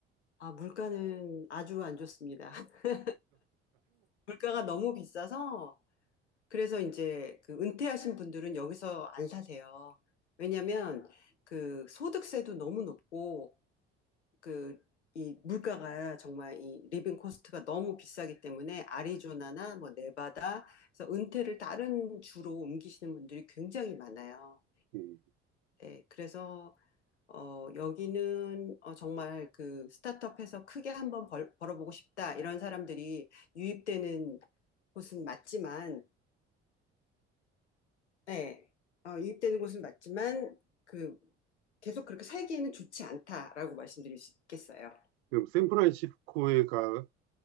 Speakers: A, on the left; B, on the right.
A: 아, 물가는 아주 안 좋습니다. <laughs> 물가가 너무 비싸서, 그래서 이제 그 은퇴하신 분들은 여기서 안 사세요. 왜냐면 그 소득세도 너무 높고, 그 이 물가가 정말 이 리빙 코스트가 너무 비싸기 때문에 아리조나나 뭐 네바다, 그래서 은퇴를 다른 주로 옮기시는 분들이 굉장히 많아요.
B: 음,
A: 네, 그래서 어, 여기는 어, 정말 그 스타트업해서 크게 한번 벌, 벌어보고 싶다 이런 사람들이 유입되는 곳은 맞지만, 예, 어, 유입되는 곳은 맞지만 그 계속 그렇게 살기에는 좋지 않다라고 말씀드릴 수 있겠어요.
B: 그럼 샌프란시스코에 가,